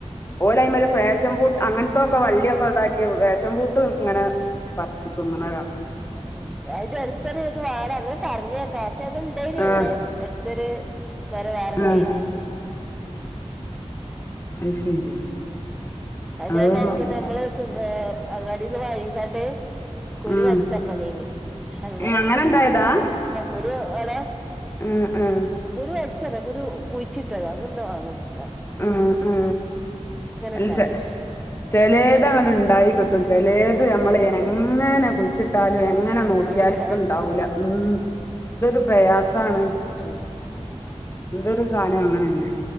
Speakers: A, on the left (about 20°); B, in the centre.
A: ഓലായ്മല് ഫേഷം ഫ്രൂ അങ്ങനത്തൊക്കെ വള്ളിയൊക്കെ ഇതാക്കി ഫേഷം ഫ്റൂട്ട് ഇങ്ങനെ പറിച് തിന്നണയ് കാണാ
B: ഉ അത് അടുത്തൊരു ഇത് വാണം അങ്ങനെ പറഞ്ഞേക്കാം പക്ഷെ അത്ണ്ടന
A: ആഹ്
B: അങ്ങനെ ഇത്തരു വര വേറണ്ടായിനി
A: ആഹ് അ ശരി
B: അതേ
A: അത്
B: മരിക്കനമ്മള് അങ്ങാടിന്ന് വാങ്ങിക്കാണ്ടേ കുരു
A: ആഹ്
B: വലിച്ചെറിണതേനി അങ്ങനെ
A: ഏ ഇണ്ടായതാ
B: ആരു അടാ
A: ഉം ഉം
B: ഒരു വലിച്ചറിഞ്ഞതോ ഒരു കുഴിച്ചിട്ടത് അങ്ങനെന്തോ ആണ് ഇമ്മ
A: ഉ ഉ അല്ല
B: ഇണ്ടായത്
A: ചെലേത് അങ്ങട് ഇണ്ടായിട്ടും ചെലേത്
B: ആഹ്
A: ഞമ്മളെ എങ്ങനാ കുളിച്ചിട്ട ടാലും എങ്ങനെ
B: ഇണ്ടാവൂല
A: നോക്കിയാലും ണ്ടാവൂല ഉം
B: ഉ
A: ഇതൊരു പ്രയാസാണ് ഏതൊരു സാനവും അങ്ങനെന്നെ